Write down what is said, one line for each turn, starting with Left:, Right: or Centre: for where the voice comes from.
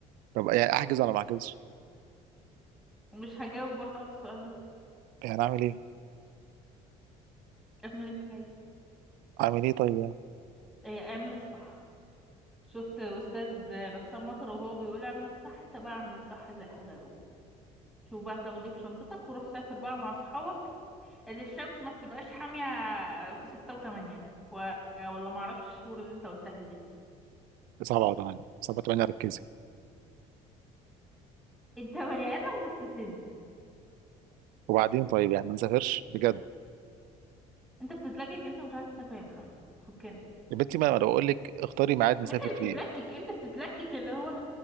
Right: طب يعني احجز ولا ما احجزش
Centre: مش هجاوب برضه على السؤال ده
Right: يعني اعمل ايه
Centre: اعمل اللي انت عايزه
Right: اعمل ايه طيب يعني
Centre: ايه اعمل الصح شفت استاذ غسان مطر وهو بيقول اعمل الصح انت بقى اعمل الصح زي حزلقوم شوف بقى هتاخد ايه في شنطتك وروح سافر بقى مع اصحابك اللي الشمس ما بتبقاش حامية في ستة وتمانية و... والله ما اعرفش الشهور اللي انت قلتها دي
Right: سبعه وثمانيه سبعه وثمانيه ركزي
Centre: انت بني ادم مستفز
Right: وبعدين طيب يعني ما نسافرش بجد
Centre: انت بتتلكك انت مش عايز تسافر يا محمد فكنا
Right: يا بنتي ما انا بقول لك اختاري ميعاد نسافر
Centre: ما انت اللي
Right: فيه
Centre: بتتلكك انت بتتلكك اللي هو